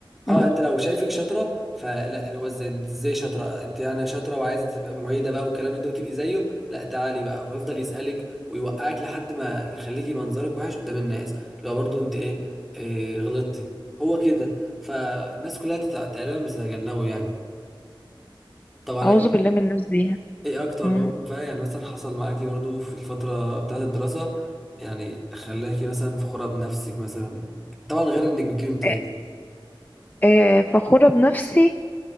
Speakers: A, in the centre; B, on the left.
A: اه
B: مم.
A: انت لو شايفك شاطره فلا اللي هو ازاي انت ازاي شاطره انت يعني شاطره وعايزه تبقى معيده بقى والكلام ده وتبقي زيه لا تعالي بقى فيفضل يسالك ويوقعك لحد ما يخليكي منظرك وحش قدام الناس لو برضو انت ايه, إيه غلطتي هو كده فالناس كلها تت- تقريبا بتتجنبه يعني طب على
B: أعوذ
A: كده
B: بالله من الناس دي
A: ايه اكتر
B: مم.
A: موقف بقى يعني مثلا حصل معاكي برضو في الفتره بتاعت الدراسه يعني خلاكي مثلا فخوره بنفسك مثلا طبعا غير انك بتجيبي امتياز
B: آه،
A: ان
B: آه، فخورة بنفسي